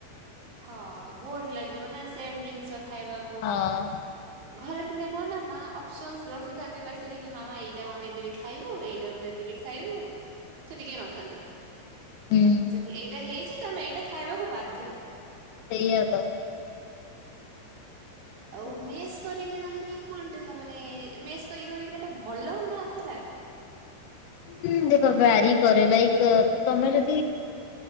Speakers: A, on the right; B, on the left.
A: ହଁ ବୋର ଲାଗିବନା ସେମ ଜିନିଷ ଖାଇବାକୁ।
B: ହଁ।
A: ଘରେ ଥିଲେ କଅଣନା ମା ଅଫ୍ସନସ ରଖିଥାନ୍ତି ପାଖରେ କି ମାମା ଏଇ ଏଇଟା ବନେଇଦିବି ଖାଇବୁ ଏଇଟା ବନେଇିବି ଖାଇବୁ ସେଠି କେହି ନଥାନ୍ତି।
B: ହୁଁ।
A: ସେଠି ଏଇଟା ହେଇଛି ତମେ ଏଇଟା ଖାଇବାକୁ ବାଧ୍ୟ।
B: ସେଇଆ ତ।
A: ଆଉ
B: ଉଁ,
A: ମେସ୍ କରିକି ରହିଲେ କନ୍ ଟା ମାନେ ମେସ୍ କରିକି ରହିବା ଭଲ ନା ଖରାପ?
B: ହୁଁ ଦେଖ ଭ୍ୟାରି କରେ ଲାଇକ ତମେ ଯଦି